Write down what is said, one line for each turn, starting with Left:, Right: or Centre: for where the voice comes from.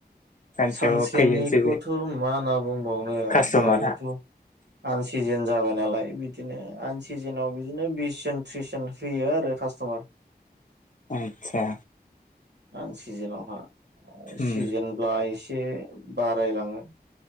Left: सानसेयाव
Right: सानसेनिखौथ'
Left: खैजोनसो
Right: मा होनना बुंबावनो
Left: कास्ट'मारा
Right: दायोथ' मानसि सिजोन जाबाय नालाय बिदिनो आन सिजोनाव बिदिनो बिस जोन थ्रिस जन फैयो आरो कास्ट'मार
Left: आतसा
Right: आन सिजोनावहा सिजोनब्ला
Left: उम
Right: एसे बारायलाङो